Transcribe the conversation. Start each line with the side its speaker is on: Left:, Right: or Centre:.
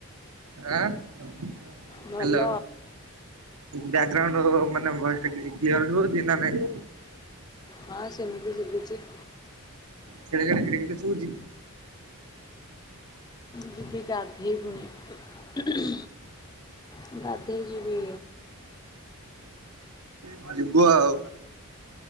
Right: ଆ ହ୍ୟାଲୋ।
Left: ଭଲ
Right: ବ୍ୟାକ୍ ଗ୍ରାଉଣ୍ଡ ମାନେ ଭଏସ୍ ଟିକେ କ୍ଲିଅର୍ ରହୁଛି ନା ନାଇଁ?
Left: ହଁ ସେମିତି ସୁଭୁଛି।
Right: ଖେଡେଖେଡେ କେଟେକେଟେ ସୁଭୁଛିି।
Left: ଯିବି ଗାଧୋଇବିନି ହୁ ହୁ ଗାଧୋଇ ଯିବି।
Right: ହୁଁ ଯିବୁ ଆଉ।